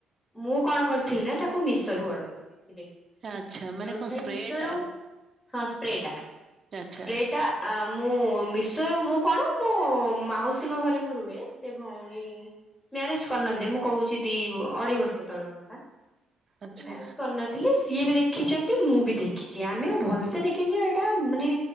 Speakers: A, on the left; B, on the right.
A: ମୁଁ କଣ କରିଥିଲି ନା ତାକୁ ମିଶୋ ରୁ ଅର୍ଡର କରିଦେଇଥିଲି।
B: ଆଚ୍ଛା ମାନେ
A: ଯୋଉଥିପାଇଁ
B: କଣ ସ୍ପ୍ରେ
A: ମିଶୋ
B: ଟା
A: ରୁ ହଁ ସ୍ପ୍ରେଟା,
B: ଆଚ୍ଛା
A: ସ୍ପ୍ରେଟା ଆ ମୁଁ ମିଶୋ ୟ ମୁଁ କଣ ମୋ ମାଉସୀଙ୍କ ଘରେ ମୁଁ ରୁହେ। ସେ ଭଉଣୀ ମ୍ୟାରେଜ୍ କରିନଥିଲେ। ମୁଁ କହୁଛି ଦି ଅଢେଇ ବର୍ଷ ତଳର କଥା।
B: ଆଚ୍ଛା
A: ମ୍ୟାରେଜ୍ କରିନଥିଲେ। ସିଏ ବି ଦେଖିଛନ୍ତି। ମୁଁ ବି ଦେଖିଛି। ଆମେ ଆଉ ଭଲସେ ଦେଖିଛୁ ଏଇଟା ମାନେ